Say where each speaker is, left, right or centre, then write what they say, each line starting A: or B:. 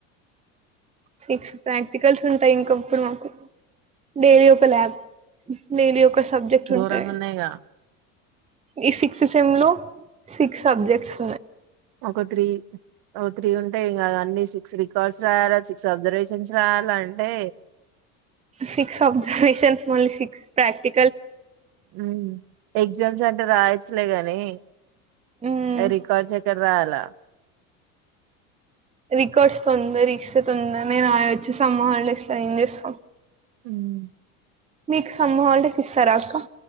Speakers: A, on the right; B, on the right.
A: సిక్స్ ప్రాక్టికల్స్ ఉంటాయి ఇంకప్పుడు మాకు డైలీ ఒక ల్యాబ్ డైలీ ఒక సబ్జెక్ట్
B: ఘోరంగా
A: ఉంటాయి
B: ఉన్నాయిగా
A: ఈ సిక్స్ సిసెమ్ లో సిక్స్ సబ్జెక్ట్స్
B: ఒక త్రీ ఓ త్రీ ఉంటేయి ఇంకా అన్ని సిక్స్ రికార్డ్స్ రాయాలా సిక్స్ అబ్జర్వేషన్స్ రాయాలా అంటే
A: సిక్స్ అబ్జర్వేషన్స్ మళ్లీ సిక్స్ ప్రాక్టి
B: ఉం ఎగ్జామ్స్ అంటే రాయచ్చలే కాని
A: మ్మ్
B: రికార్డ్స్ ఎక్కడ రాయాలా
A: రికార్డ్స్ తొందరిస్తే తొందరనే రాయొచ్చు సమ్మర్ హాలిడేస్ లో ఏం చేస్తాం
B: ఉమ్
A: మీకు సమ్మర్ హాలిడేస్ ఇస్తారా అక్క